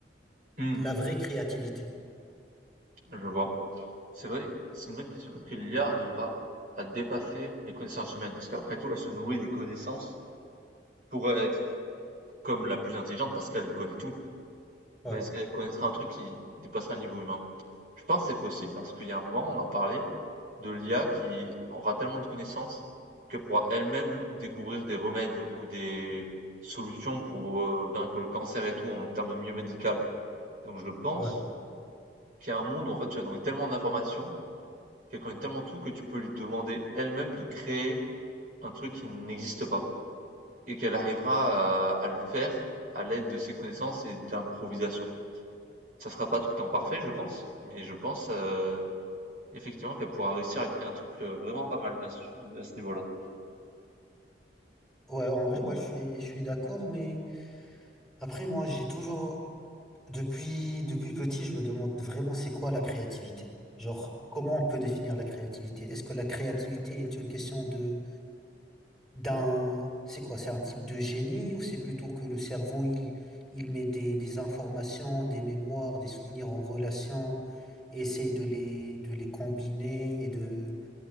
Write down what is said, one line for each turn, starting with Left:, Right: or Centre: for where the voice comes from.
Right: Hmm.
Centre: La vraie créativité.
Right: Je vois. C'est vrai, c'est une bonne question. Est-ce que l'IA arrivera à dépasser les connaissances humaines? Parce qu'après tout, elle se nourrit des connaissances pour être comme la plus intelligente parce qu'elle connaît tout. Mais
Centre: Ouais,
Right: est-ce qu'elle connaîtrait un truc qui dépasserait le niveau humain? Je pense que c'est possible parce qu'il y a un moment, on en parlait de l'IA qui aura tellement de connaissances qu'elle pourra elle-même découvrir des remèdes ou des solutions pour euh, vaincre le cancer et tout en termes de milieu médical. Donc je pense
Centre: ouais.
Right: qu'il y a un monde où en fait tu as nourrir tellement d'informations, qu'elle connaît tellement tout que tu peux lui demander elle-même de créer un truc qui n'existe pas et qu'elle arrivera à, à le faire à l'aide de ses connaissances et d'improvisation. Ça sera pas tout le temps parfait, je pense, mais je pense, heu, effectivement qu'elle pourra réussir à créer un truc, heu, vraiment pas mal à ce à ce niveau-là.
Centre: Ouais, en vrai, ouais, je suis, je suis d'accord, mais après, moi, j'ai toujours, depuis, depuis petit, je me demande vraiment c'est quoi la créativité. Genre, comment on peut définir la créativité? Est-ce que la créativité est une question de, d'un, c'est quoi? C'est un type de génie ou c'est plutôt que le cerveau, il, il met des, des informations, des mémoires, des souvenirs en relation et essaie de les, de les combiner et de,